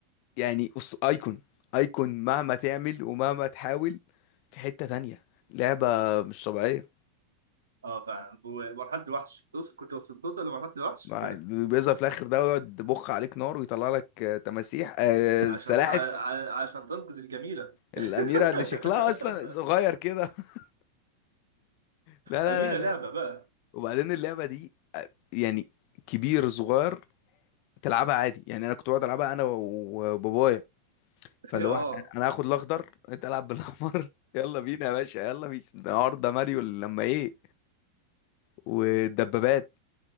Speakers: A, on the left; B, on the right.
A: يعني أس- ايكون ايكون مهما تعمل ومهما تحاول في حته ثانيه لعبه مش طبيعيه
B: اه فعلا ومرحله الوحش توصل كنت وصلت توصل لمرحله الوحش
A: ما- بيظهر في الاخر ده ويقعد بخ عليك نار ويطلع لك آه، تماسيح آه،
B: <laughs> عشان
A: سلاحف
B: ع... ع... عشان تنقذ الجميله
A: الاميره
B: <laughs>
A: اللي شكلها اصلا صغير كده <laughs> لا لا
B: أميرة
A: لا
B: لعبة
A: لا
B: بقى
A: وبعدين اللعبه دي يعني كبير صغير تلعبها عادي يعني انا كنت بقعد العبها انا و- وبابايا
B: <laughs>
A: فاللي
B: اه
A: هو احنا انا هاخد الاخضر انت العب بالاحمر <laughs> يلا بينا يا باشا يلا بينا ده النهارده ماريو لما ايه والدبابات